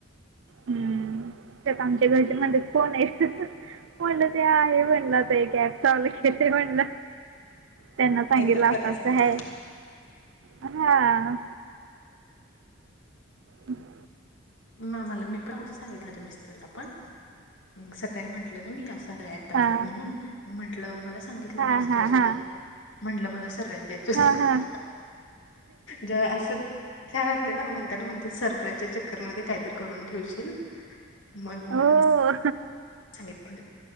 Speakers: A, on the right; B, on the left.
A: हम्म. त्यात आमच्या घरचे म्हणतेत कोण आहे? म्हणलं ते आहे म्हण ते एक ऍप चालू केलय म्हणल. त्यांना सांगितलं
B: काहीतर करायचं
A: असं असं
B: म्हणा
A: हाय, हा. हम्.
B: म मला मी पण <unintelligible> माझ्या मिस्टरला पण सकाळी म्हटलं ना मी असा ऍप आहे
A: हां.
B: एक म्हणून, म्हंटलं मला सांगितलं
A: हां,
B: नाहीस
A: हां,
B: काय सुद्धा.
A: हां.
B: म्हंटलं मला सराईज द्यायच होत,
A: हां, हां.
B: ग असं छान ते ना म्हणताना म्हणते सरप्राईजच्या चक्करमध्ये काहीतरी करून ठेवशील मग मी म्हणून
A: हो.
B: सांगीतलं